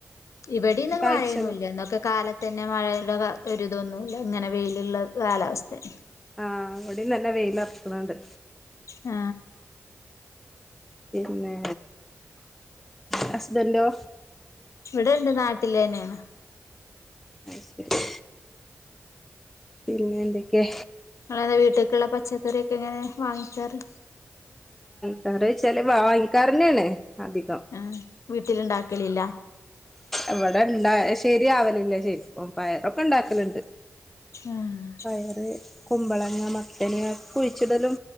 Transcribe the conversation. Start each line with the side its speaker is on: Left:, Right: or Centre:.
Left: ഇവടിന്ന്
Centre: ഇപ്പ
Left: മഴയൊന്നുല്ല
Centre: അയച്ചന്ന്
Left: ഇന്നൊക്കെ കാല ത്തെന്നെ മഴയു ലെ ഒരിതൊന്നുല്ല ഇങ്ങനെ വെയിലുള്ള കാലാവസ്ഥന്നെ
Centre: ആ ഇവടിം നല്ല വെയിലർക്ക് ണ് ണ്ട്
Left: ആ
Centre: പിന്നെ ഹസ്ബൻറ്റോ
Left: ഇവിടെണ്ട് നാട്ടിലന്നേണ്
Centre: അയ് ശരി പിന്നെ എന്തെക്കെ
Left: ആള് വീട്ട്ക്ക്ള്ള പച്ച ഇതൊരെക്കെ എങ്ങനെ വാങ്ങിച്ചാറ്
Centre: കൊറേ ചെലവാ വൽക്കാരന്നേണ്. അധികം
Left: ആഹ് വീട്ടിലുണ്ടാക്കലില്ല
Centre: ഇവടെയിങ്ങ ശരിയാവലില്ല ചേച്ച് പയ ഒക്കെ ഇ ണ്ടാക്കല്ണ്ട്.
Left: ആഹ്
Centre: പയറ്, കുമ്പളങ്ങ, മത്തന് കുഴിച്ചിടലും